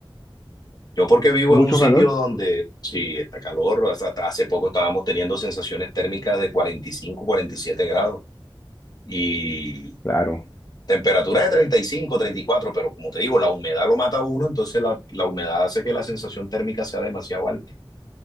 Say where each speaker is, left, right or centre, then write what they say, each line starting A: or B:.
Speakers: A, on the left; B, on the left.
A: Yo porque vivo
B: ¿Mucho
A: en un sitio
B: calor?
A: donde sí está calor, hasta, hasta hace poco estábamos teniendo sensaciones térmicas de 45, 47 grados y
B: Claro.
A: temperatura de 35, 34, pero como te digo, la humedad lo mata a uno, entonces la, la humedad hace que la sensación térmica sea demasiado alta.